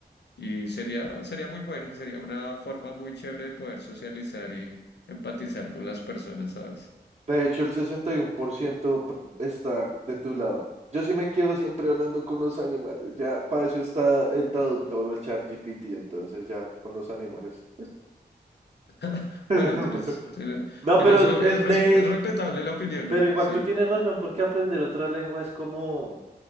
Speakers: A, on the left; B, on the right.
A: Y sería, sería muy bueno, sería una forma muy chévere de poder socializar y empatizar con las personas, ¿sabes?
B: De hecho, el 61% p- está de tu lado. Yo sí me quedo siempre hablando con los animales. Ya para eso está el traductor o el chat GPT, entonces ya con los animales.
A: <laughs>
B: <laughs>
A: Bueno, tienes, tienes-
B: No,
A: en
B: pero
A: eso
B: eh,
A: es, resp-
B: de
A: es respetable la opinión,
B: Pero
A: ¿no?
B: igual
A: Sí,
B: tú tienes razón, porque aprender otra lengua es como,